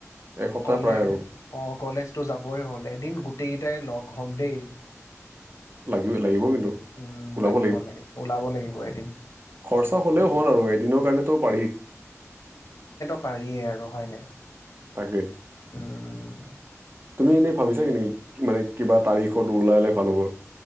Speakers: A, on the right; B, on the left.
A: এসপ্তাহ
B: কলে
A: প্ৰায় আৰু
B: অ কলেজ টো যাবই হ'ল। এদিন গোটেইকেইটাই লগ হ'ম দেই।
A: লাগিব, লাগিব।
B: উম
A: ওলাব
B: লাগিব, লাগিব। ওলাব লাগিব এদিন।
A: খৰচা হ'লেও
B: উম,
A: হ'ল আৰু এদিনৰ কাৰণেতো পাৰি।
B: পাৰিয়ে আৰু হয়নে।
A: তাকে।
B: উম।
A: তুমি এনে ভাবিছা নেকি মানে কিবা তাৰিখত ওলালে ভাল হব?